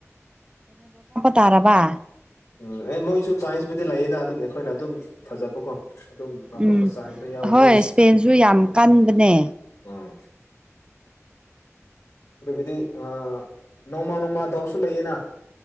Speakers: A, on the right (about 20°); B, on the left (about 70°).
A: ꯇꯥꯔꯕ
B: ꯎꯝ ꯑꯦ ꯃꯣꯏꯁꯨ ꯆꯥꯏꯟꯁꯕꯨꯨꯗꯤ ꯂꯩꯌꯦꯗ ꯑꯗꯨ ꯑꯩꯈꯣꯏꯅ ꯑꯗꯨꯝ ꯊꯥꯖꯕꯀꯣ ꯑꯗꯨꯝ ꯉꯝꯃꯛꯛꯄ
A: ꯎꯝ
B: ꯆꯥꯡꯁꯨ ꯌꯥꯎꯋꯦ
A: ꯍꯣꯏ
B: ꯃꯣꯏ
A: ꯏꯁꯄꯦꯟꯁꯨ ꯌꯥꯝ
B: ꯎꯝ
A: ꯀꯟꯕꯅꯦ
B: ꯎꯝ ꯑꯗꯨꯗꯤ ꯑ ꯅꯣꯡꯃ ꯅꯣꯡꯃ ꯗꯥꯎꯁꯨ ꯂꯩꯌꯦꯅ